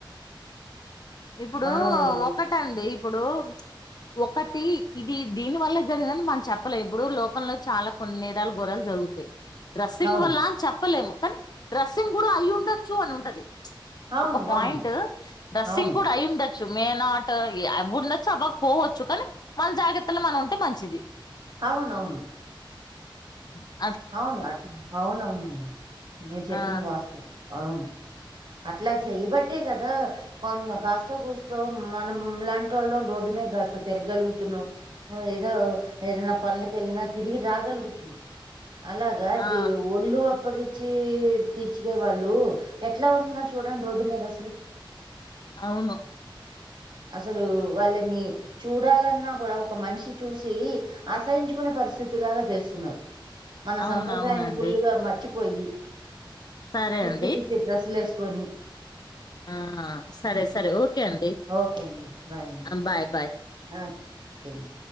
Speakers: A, on the left (about 50°); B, on the right (about 60°).
A: ఇప్పుడు
B: మనం ఈ
A: ఒకటండి ఇప్పుడు ఒకటి ఇది దీని వల్ల జరిగినన్ని మనం చెప్పలేం. ఇప్పుడు లోకంలో చాలా కొన్ని నేరాలు గోరాలు జరుగుతాయి. రస్సింగ్
B: అవును.
A: వల్ల చెప్ప పోలేము కానీ డ్రెస్సింగ్ కూడా అయ్ఉండొచ్చు అను అది
B: అవును.
A: ఒక పాయింట్
B: అవును.
A: డ్రస్సింగ్
B: అవును.
A: ఉండొచ్చు మే నాట్ అ ఉండొచ్చు అవ్వక పోవచ్చు, కానీ మన జాగ్రత్తలో మనం ఉంటే మంచిది.
B: అవునవును
A: మ్
B: అవును అట్లా అవున అవునండి మీరు చెప్పింది
A: ఆ
B: వాస్తవం అవును అట్లా చేయబట్టే కదా కొం కాస్త కూస్తో మనం లాంటి వాళ్ళ రోడ్డు మీ కాస్త తిరగలుగుతున్నాం, ఏదో ఏదనా పనులక వెళ్ళినా తిరిగి రాగలుగుతున్నాం. అలాగా
A: ఆ
B: ది ఒళ్లు అప్పగి చ్చి తీర్చుగే వాళ్ళు ఎట్లా ఉంటున్నారు చూడండి రోడ్డు మీద అసలు
A: అవును
B: అసలు వాళ్ళని చూడాలన్నా కూడా, ఒక మనిషి చూసి ఆశయించుకునే పరిస్థితిలాగా తెస్తున్నారు. మన
A: అవునవునండి
B: సంప్రదాయాన్ని ఫుల్లుగా మట్ చ్చిపోయి
A: సరే
B: పిచ్చే
A: అండి
B: పిచ్చే డ్రెస్లేవెస్ కొని
A: ఆ సరే సరే ఓ కే అండి
B: ఓకే అండి. బాయ్ అండి.
A: అ బాయ్ బాయ్
B: ఆ ఓకే అండి